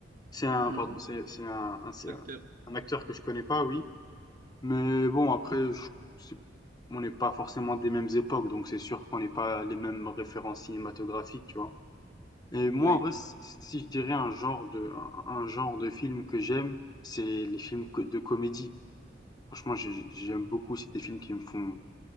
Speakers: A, on the left; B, on the right.
A: C'est un,
B: Hmm.
A: pardon, c'est c'est un, un- c'est
B: Acteur.
A: un un acteur que je connais pas, oui. Mais bon, après, je c'est on n'est pas forcément des mêmes époques, donc c'est sûr qu'on n'est pas les mêmes références cinématographiques, tu vois. Et moi,
B: Oui.
A: en vrai, si si je dirais un genre de, un un genre de film que j'aime, c'est les films co- de comédie. Franchement, j'ai- j'aime beaucoup. C'est des films qui me font,